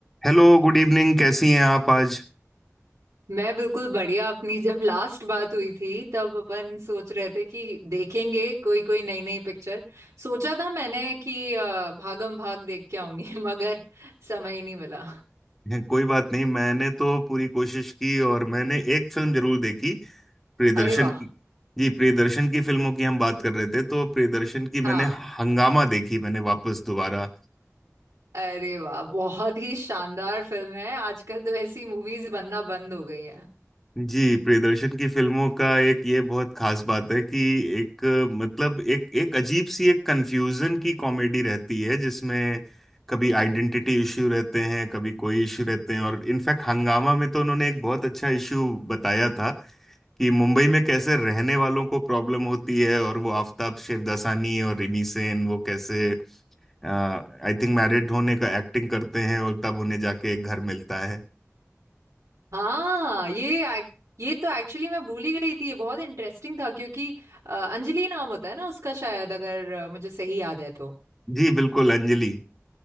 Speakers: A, in the centre; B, on the right (about 80°).
A: Hello good evening कैसी हैं आप आज
B: मैं बिल्कुल बढ़िया अपनी <laughs> जब लास्ट बात हुई थी तब अपन सोच रहे थे कि देखेंगे कोई कोई नई नई पिक्चर सोचा था मैंने कि अ, भागम भाग देख के आऊंगी <laughs> मगर समय ही नहीं मिला
A: <laughs> कोई बात नहीं मैंने तो पूरी कोशिश की और मैंने एक फिल्म जरूर देखी प्रियदर्शन
B: अरे वाह
A: की जी प्रियदर्शन की फिल्मों की हम बात कर रहे थे तो प्रियदर्शन की
B: हाँ
A: मैंने हंगामा देखी मैंने वापस दोबारा
B: अरे वाह बहुत ही शानदार फिल्म है आजकल तो ऐसी मूवीज बनना बंद हो गई हैं
A: जी प्रियदर्शन की फिल्मों का एक ये बहुत खास बात है कि एक मतलब एक एक अजीब सी एक कंफ्यूजन की कॉमेडी रहती है जिसमें कभी आइडेंटिटी इश्यू रहते हैं कभी कोई इश्यू रहते हैं और इनफैक्ट हंगामा में तो उन्होंने एक बहुत अच्छा इश्यू बताया था कि मुंबई में कैसे रहने वालों को प्रॉब्लम होती है और वो आफताब शिवदासानी और रिमी सेन वो कैसे आई थिंक मैरिड होने का एक्टिंग करते हैं और तब उन्हें जाके एक घर मिलता है
B: हाँ ये ac- ये तो एक्चुअली मैं भूल ही गई थी ये बहुत इंटरेस्टिंग था क्योंकि अ, अंजलि नाम होता है ना उसका शायद अगर अ, मुझे सही याद है तो
A: जी बिल्कुल अंजलि